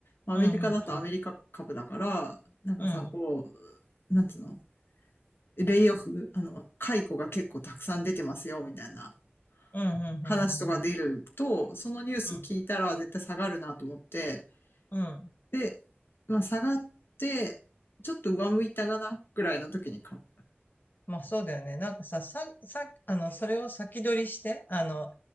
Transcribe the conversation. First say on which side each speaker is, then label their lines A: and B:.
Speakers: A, on the left (about 65°); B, on the left (about 50°).
A: まあアメリカだとアメリカ株だから、
B: うん、うん、うん。
A: なんかさ、
B: うん。
A: こう、なんつうのレイオフ、あの、解雇が結構たくさん出てますよ、みたいな
B: うん、うん、
A: 話とか出ると、
B: うん、うん、うん。
A: そのニュース聞いたら絶対下がるなと思って、
B: うんうん
A: で、まあ下がって、ちょっと上向いたかな、ぐらいの時に買う。
B: まあそうだよね。なんかさ、さ、さ、あの、それを先取りして、あの、